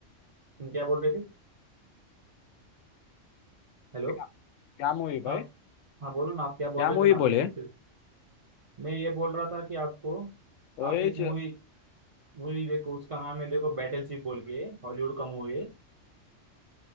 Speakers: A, on the right; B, on the left.
A: क्या बोल रहे थे हेलो
B: क्या क्या मूवी
A: आप
B: भाई
A: हाँ बोलो ना आप क्या
B: क्या
A: बोल रहे
B: मूवी
A: थे ना आप
B: बोले
A: भी कुछ मैं ये बोल रहा था कि आपको आप
B: ओए
A: एक मूवी
B: च-
A: मूवी देखो उसका नाम है देखो बैटलशिप बोल के हॉलीवुड का मूवी है